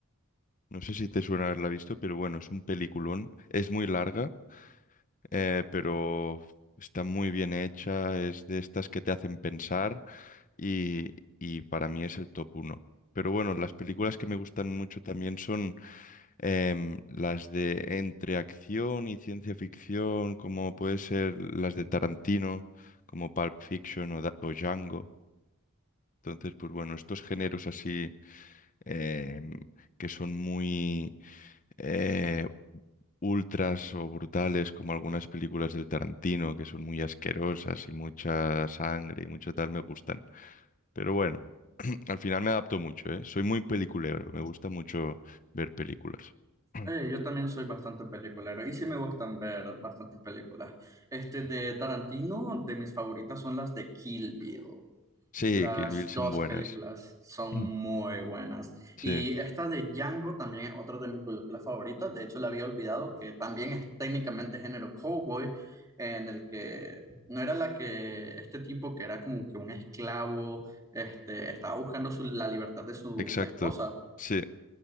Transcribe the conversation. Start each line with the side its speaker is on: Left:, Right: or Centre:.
Left: No sé si te suena haberla visto, pero bueno, es un peliculón. Es muy larga, eh, pero está muy bien hecha. Es de estas que te hacen pensar. y, y para mí es el top uno Pero bueno, las películas que me gustan mucho también son em, las de entre acción y ciencia ficción, como puede ser las de Tarantino, como Pulp Fiction o, Da- o Django. Entonces, pues bueno, estos géneros así em, que son muy eh, ultras o brutales, como algunas películas del Tarantino, que son muy asquerosas y mucha sangre y mucho tal, me gustan. Pero bueno, <clears throat> al final me adapto mucho, ¿eh? Soy muy peliculero, me gusta mucho ver películas. <clears throat>
Right: Eh, yo también soy bastante peliculero y sí me gustan ver bastantes películas. Este de Tarantino, de mis favoritas son las de Kill Bill.
Left: Sí,
Right: Las
Left: Kill Bill son
Right: dos
Left: buenas.
Right: películas son
Left: Mm.
Right: muy buenas.
Left: Sí,
Right: Y esta de Django también es otra de mis películas favoritas. De hecho, la había olvidado que también es técnicamente género cowboy, en el que no era la que este tipo que era como que un esclavo, este, estaba buscando su- la libertad de su
Left: exacto.
Right: esposa
Left: Sí,